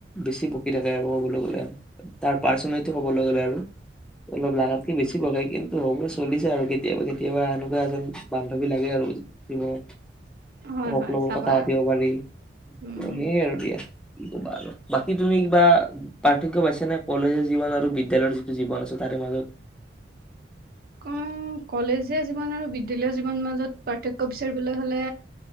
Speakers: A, in the centre; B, on the right.
A: বেছি বকি থাকে আৰু কবলৈ গলে। তাৰ পাৰ্চনেলিটি কবলৈ গ'লে আৰু- অলপ লগাতকে বেছি বকে। কিন্তু হলো চলি যায় আৰু কেতিয়াবা, কেতিয়াবা। কেতিয়াবা এনেকোৱা এজন বান্ধৱী লাগে আৰু জীৱনত।
B: হয়
A: সকলোবোৰ
B: হয় চাবা
A: কথা পাতিব পাৰি।
B: উম
A: আৰু সেইয়াই আৰু দিয়া কি ক'বা আৰু। বাকী তুমি- কিবা পাৰ্থক্য পাইছেনে কলেজৰ জীৱন আৰু বিদ্যালয়ৰ যিটো জীৱন আছে তাৰে মাজত?
B: অঁ কলেজীয়া জীৱন আৰু বিদ্যালয়ৰ জীৱনৰ মাজত পাৰ্থক্য বিচাৰিবলৈ হ'লে